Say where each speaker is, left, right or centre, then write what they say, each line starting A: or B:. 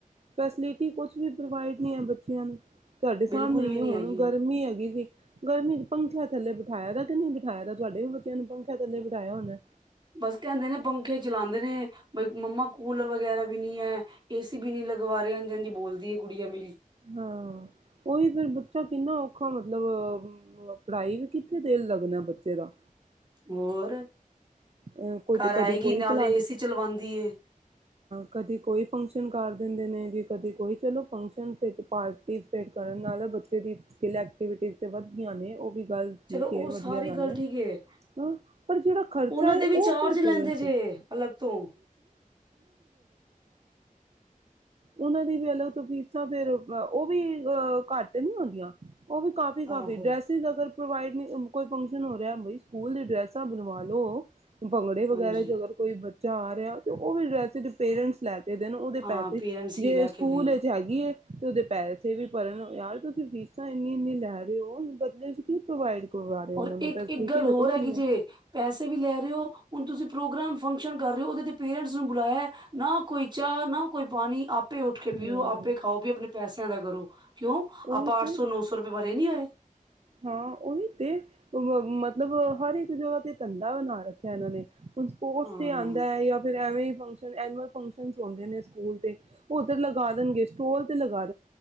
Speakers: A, on the right; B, on the right.
A: ਫੈਸਿਲਿਟੀ ਕੁਛ ਵੀ ਪ੍ਰੋਵਾਈਡ ਨਹੀਂ ਹੈ ਬੱਚਿਆਂ ਨੂੰ ਤੁਹਾਡੇ ਸਾਹਮਣੇ
B: ਬਿਲਕੁਲ ਵੀ ਨੀ
A: ਹੁਣ
B: ਹੈਗੀ
A: ਗਰਮੀ ਹੈਗੀ ਸੀ ਗਰਮੀ ਚ ਪੰਖਿਆਂ ਥੱਲੇ ਬਿਠਾਇਆ ਦਾ ਕਿ ਨਹੀਂ ਬਿਠਾਇਆ ਤਾਂ ਤੁਹਾਡੇ ਵੀ ਬੱਚਿਆਂ ਨੂੰ ਪੰਖਿਆਂ ਥੱਲੇ ਬਿਠਾਇਆ ਹੋਣੈ
B: ਬਸ ਕਹਿੰਦੇ ਨੇ ਪੰਖੇ ਚਲਾਂਦੇ ਨੇ ਬਈ ਮੰਮਾ ਕੂਲਰ ਵ ਵਗੈਰਾ ਵੀ ਨੀ ਹੈ ਏਸੀ ਵੀ ਨੀ ਲਗਵਾ ਰਹੇ ਇੰਝ ਇੰਝ ਬੋਲਦੀ ਹੈ ਕੁੜੀਆਂ ਮੇਰੀ
A: ਹਾਂ ਉਹੀ ਫੇਰ ਬੱਚਾ ਕਿੰਨਾ ਔਖਾ ਮਤਲਬ ਪੜ੍ਹਾਈ ਵੀ ਕਿੱਥੇ ਦੇ ਲੱਗਦਾ ਬੱਚੇ ਦਾ?
B: ਹੋਰ।
A: ਹਾਂ ਕੋਈ,
B: ਘਰ
A: ਦਿੱਕਟ
B: ਆਏਗੀ
A: ਕੋਈ
B: ਨਾਲੇ
A: ਨਈ, ਫਿਲ ਹਾਲਤ
B: ਏਸੀ ਚਲਵਾਉਂਦੀ ਏ
A: ਕਦੀ ਕੋਈ ਫਗਸ਼ਨ ਕਰ ਦਿੰਦੇ ਨੇ, ਜੇ ਕਦੇ ਕੋਈ ਚਲੋ ਫੰਕਸ਼ਨ ਵਿੱਚ ਪਾਰਟੀਸਪੇਟ, ਕਰਨ ਨਾਲ ਬੱਚੇ ਦੀ ਸਿਲੈਕਟ ਐਕਵਿਟੀ ਤੇ, ਵੱਧ ਗਈਆਂ ਨੇ ਉਹ ਵੀ ਗੱਲ ਠੀਕ
B: ਚਲੋ ਉਹ
A: ਹੈ, ਵਧੀਆ
B: ਸਾਰੀ
A: ਗੱਲ ਹੈ,
B: ਠੀਕ ਏ
A: ਹਾਂ ਪਰ ਜਿਹੜਾ ਖਰਚ?
B: ਉਹਨਾਂ
A: ਚਾਹੇ
B: ਦੇ
A: ਉਹ
B: ਵੀ ਚਾਰਜ
A: ਫਿਰ
B: ਲੈਂਦੇ
A: ਚਰਜਿਜ਼
B: ਜੇ
A: ਨੇ,
B: ਅਲੱਗ ਤੋਂ
A: ਉਹਨਾਂ ਦੀ ਏ ਲੋਕ, ਫੀਸਾਂ ਫੇਰ ਉਹ ਵੀ ਘੱਟ ਨਹੀਂ ਹੁੰਂਦੀਆਂ। ਉਹ ਵੀ, ਕਾਫੀ ਕਾਫੀ
B: ਆਹੋ
A: ਡੈਸੀ ਨਗਰ। ਪ੍ਰੋਵਾਈਡ ਨਹੀਂ, ਕੋਈ ਫੰਕਸ਼ਨ ਹੋ ਰਿਹਾ, ਬਈ ਸਕੂਲ ਦੀ ਡਰੈੱਸਾਂ ਬਣਵਾ ਲਉ? ਭੰਗੜੇ, ਵਗੈਰਾ
B: ਹਾਂਜੀ
A: ਚ ਅਗਰ ਕੋਈ ਬੱਚਾ ਆ ਰਿਹਾ, ਤੇ ਉਹ ਵੀ ਡਰੈਸ ਪੇਰੈਂਟਸ ਲੈ ਦੇ ਦੇਣ, ਉਹਦੇ
B: ਹਾਂ
A: ਪੈਸੇ
B: ਪੇਰੈਂਟਸ ਹੀ
A: ਜੇ
B: ਲੈ
A: ਸਕੂਲ
B: ਕੇ ਦੇਣ
A: ਵਿੱਚ ਹੈਗੀ ਏ। ਤੇ ਉਹਦੇ, ਪੈਸੇ ਵੀ ਭਰਨ, ਯਾਰ ਤੁਸੀਂ ਫੀਸਾਂ ਇੰਨੀਆਂ ਇੰਨੀਆਂ ਲੈ ਰਹੇ ਹੋ, ਬਦਲੇ ਚ ਕੀ ਪ੍ਰੋਵਾਈਡ ਕਰਵਾ ਰਹੇ ਹੋ
B: ਔਰ
A: ਉਹਨਾਂ ਨੂੰ
B: ਇੱਕ
A: ਫੈਸਿਲਿਟੀ
B: ਇੱਕ ਗੱਲ, ਹੋਰ
A: ਤਾਂ ਕੁਛ
B: ਹੈਗੀ
A: ਨੀ
B: ਜੇ,
A: ਹੈ।
B: ਪੈਸੇ ਵੀ ਲੈ ਰਹੇ ਹੋ, ਹੁਣ ਤੁਸੀਂ ਪ੍ਰੋਗਰਾਮ ਫੰਕਸ਼ਨ ਕਰ ਰਹੇ ਹੋ, ਉਹਦੇ ਤੇ ਪੇਰੈਂਟਸ ਨੂੰ ਬੁਲਾਇਆ, ਨਾ ਕੋਈ ਚਾਹ ਨਾ ਕੋਈ ਪਾਣੀ, ਆਪ ਆਪੇ ਉੱਠ ਕੇ, ਪੀਓ
A: ਹੂੰ
B: ਆਪੇ ਖਾਓ, ਵੀ ਆਪਣੇ ਪੈਸਿਆਂ ਦਾ ਕਰੋ। ਕਿਉਂ
A: ਉਹੀ
B: ਆਪਾਂ ਅੱਠ
A: ਤੇ
B: ਸੌ ਨੌ ਸੌ ਰੁਪਏ ਮਾਰੇ ਨੀ ਹੋਏ।
A: ਹਾਂ ਉਹੀ ਤੇ, ਮਤਲਬ ਹਰ ਇੱਕ ਜਗ੍ਹਾ ਤੇ ਧੰਦਾ ਬਣਾ ਰੱਖਿਆ ਇਹਨਾਂ ਨੇ <inaudible> ਹੁਣ ਸਪੋਰਟਸ,
B: ਹਾਂ
A: ਤੇ ' ਆਉਂਦਾ ਏ ਜਾਂ ਫਿਰ ਐਵੇਂ ਫਗਸ਼ਨ ਐਨੂਵਲ ਫੰਕਸ਼ਨ ਹੁੰਦੇ ਨੇ ਸਕੂਲ ਤੇ, ਹੁਣ ਤੇ ਲਗਾ ਦੇਣਗੇ ਸਟੋਲ ਤੇ ਲਗਾ